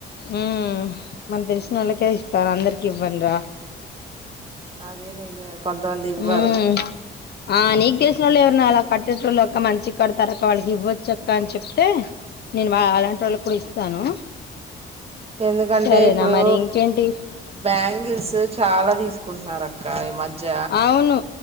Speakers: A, on the left; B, on the right.
A: ఊ మాకు అందుకే ఇస్తాను అందరికి ఇవ్వను రా
B: అది నిజమే కొంతమంది ఇవ్వారు
A: ఉమ్ ఆ నీకు తెలిసినోళ్ళు ఎవరైనా అలా కట్టేటోళ్ళు అక్క మంచిగా కడతారు అక్క వాళ్ళకి ఇవ్వొచ్చు అక్క అని చెప్తే నేను వల్లలాంతోళ్లుకి కూడా ఇస్తా ఇస్తాను
B: ఎందుకంటే
A: సరేనా
B: ఇప్పుడు
A: మరి ఇంకేంటి
B: బ్యాంగిల్స్ చాలా తీసుకుంటున్నారు అక్క ఆ ఈ మధ్య
A: అవును